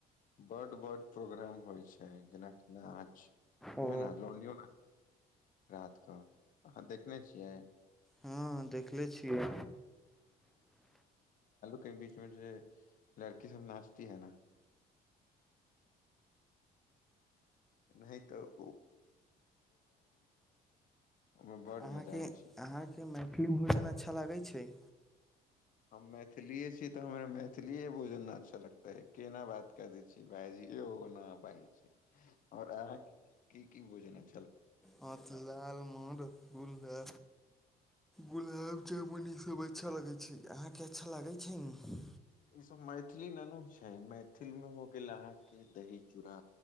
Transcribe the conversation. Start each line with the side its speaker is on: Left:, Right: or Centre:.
Left: बड बड प्रोग्राम होइ छै जेनाकि नाच
Centre: ओ
Left: ओमे ने लियो रात कऽ अहाँ देखने छियै
Centre: हँ देखले छियै
Left: कै बीच मे जे लड़की सब नाचती है न नहि तऽ ओ ओहिमे बड
Centre: अहाँ
Left: मजा
Centre: के
Left: आबै छै
Centre: अहाँ के मैथिली भोजन अच्छा लागैछै
Left: हम मैथिलीए छी तऽ हमर मैथिली भोजन न अच्छा लगतै है केना बात क दै छी भाइजी य न भइज और अहाँ की की भोजन ह
Centre: ह लाल म गुला गुलाब जामुन इ सब खूब अच्छा लगै छै अहाँके अच्छा लागै छै ने
Left: ई सब मैथिली ननू छै मैथिल मे हो गेल अहाँके दही चूड़ा